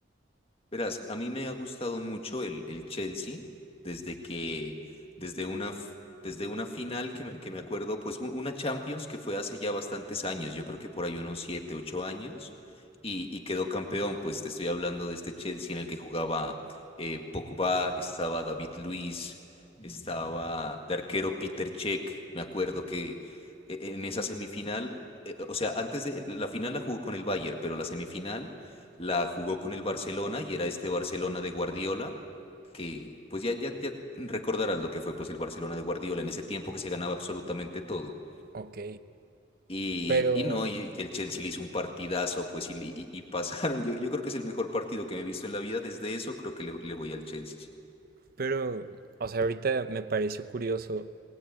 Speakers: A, on the left; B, on the right.
A: Verás, a mí me ha gustado mucho el, el Chelsea desde que, desde una, f- desde una final que me, que me acuerdo, pues un- una Champions que fue hace ya bastantes años, yo creo que por ahí unos siete, ocho años, y, y quedó campeón, pues te estoy hablando de este Chelsea en el que jugaba eh, Pogba, estaba David Luiz, estaba de arquero Peter Cech, me acuerdo que eh, en esa semifinal, eh, o sea, antes de, la final la jugó con el Bayern, pero la semifinal la jugó con el Barcelona y era este Barcelona de Guardiola, que pues ya, ya, ya recordarás lo que fue pues el Barcelona de Guardiola en ese tiempo que se ganaba absolutamente todo.
B: Ok,
A: Y,
B: pero,
A: y no, y, y el Chelsea le hizo un partidazo, pues y, le- y- y pasaron. Yo, yo creo que es el mejor partido que me he visto en la vida. Desde eso creo que le, le voy al Chelsea. sí.
B: pero, o sea, ahorita me pareció curioso,